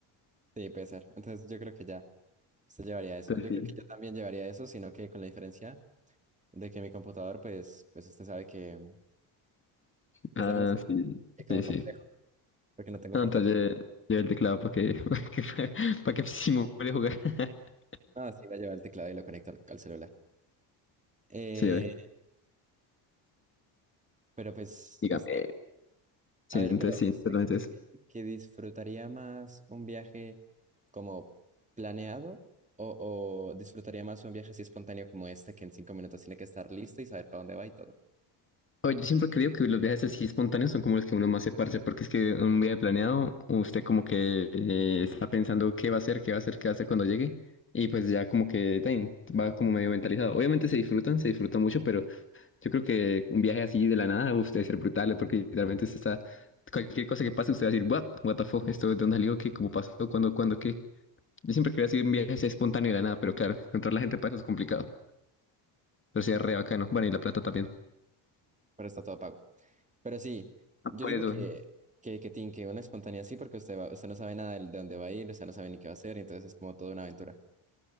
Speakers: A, on the right; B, on the left.
A: de pesar. Entonces yo creo que ya se llevaría eso.
B: Entonces,
A: Yo
B: sí.
A: creo que yo también llevaría eso, sino que con la diferencia de que mi computador, pues, pues usted sabe que, que
B: Ah,
A: es de mesa,
B: sí,
A: que como
B: sí, sí.
A: complejo, porque no tengo
B: Ah,
A: portátil.
B: entonces lle- lleva el teclado para que, <laughs> para que, para que simule jugar. <laughs>
A: Ah, sí, la llevo el teclado y lo conecto al, al celular. Eh,
B: Sí, ve.
A: pero pues,
B: Dígame.
A: pues
B: Sí,
A: A ver,
B: entonces
A: pero
B: sí,
A: ¿usted
B: solamente
A: cree que, que disfrutaría más un viaje como planeado o, o disfrutaría más un viaje así espontáneo como este que en cinco minutos tiene que estar listo y saber para dónde va y todo?
B: Oye, yo siempre creo que los viajes así espontáneos son como los que uno más se parce, porque es que un viaje planeado, usted como que eh, está pensando qué va a hacer, qué va a hacer, qué va a hacer cuando llegue, y pues ya como que tan, va como medio mentalizado. Obviamente se disfrutan, se disfrutan mucho, pero yo creo que un viaje así de la nada, uf, debe ser brutal, porque literalmente usted está, cualquier cosa que pase, usted va a decir, what, what the fuck, esto de dónde salió, qué, cómo pasó, cuándo, cuándo, qué. Yo siempre quería hacer un viaje así espontáneo de la nada, pero claro, encontrar la gente para eso es complicado, pero sería re bacano. Bueno, y la plata también.
A: Pero está todo pago. Pero sí,
B: Ah,
A: yo
B: Por
A: digo
B: eso.
A: que, que, que, tin, que una espontánea sí porque usted va- usted no sabe nada de, de dónde va a ir, usted no sabe ni qué va a hacer, entonces es como toda una aventura.